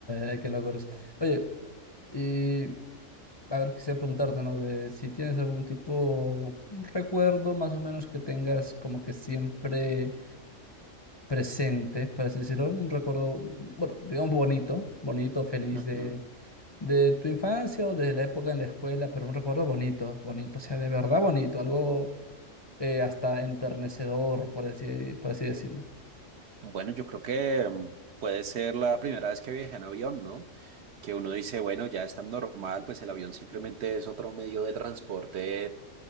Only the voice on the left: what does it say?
ay, qué locuras. Oye, y a ver, quisiera preguntarte, ¿no? De si tienes algún tipo, un recuerdo más o menos que tengas como que siempre presente, por así decirlo, un recuerdo, bueno, digamos bonito, bonito, feliz
de, de tu infancia o de la época en la escuela, pero un recuerdo bonito, bonito, o sea, de verdad bonito, algo eh, hasta enternecedor, por así, por así decirlo.